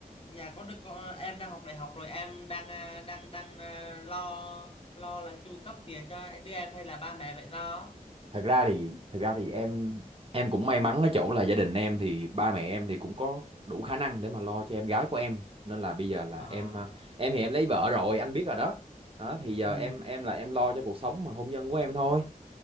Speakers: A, on the left (about 40°); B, on the right (about 40°).
A: nhà có đứa con, em đang học đại học rồi em đang, à, đang, đang à, lo, lo là chu cấp tiền cho đứa em hay là ba mẹ vậy lo?
B: thật ra thì thật ra thì em em cũng may mắn ở chỗ là gia đình em thì ba mẹ em thì cũng có đủ khả năng để mà lo cho em gái của em nên là bây giờ là
A: À,
B: em à, em thì em lấy vợ rồi anh biết rồi đó đó thì giờ
A: ừ,
B: em em là em lo cho cuộc sống mà hôn nhân của em thôi